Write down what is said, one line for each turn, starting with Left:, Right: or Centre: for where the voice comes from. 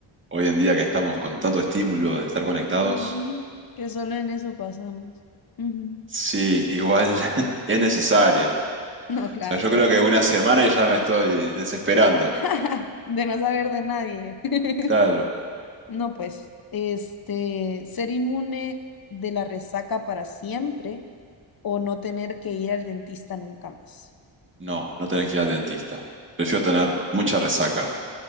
Right: Hoy en día que estamos con tanto estímulo de estar conectados.
Left: Ujú, Que solo en eso pasamos. Ujú.
Right: Sí, igual <laughs> es necesario. O
Left: No, claro.
Right: sea, yo creo que una semana y ya me estoy desesperando.
Left: <laughs> De no saber de nadie. <laughs>
Right: Claro.
Left: No, pues, este, ser inmune de la resaca para siempre o no tener que ir al dentista nunca más.
Right: No, no tener que ir al dentista. Prefiero tener mucha resaca.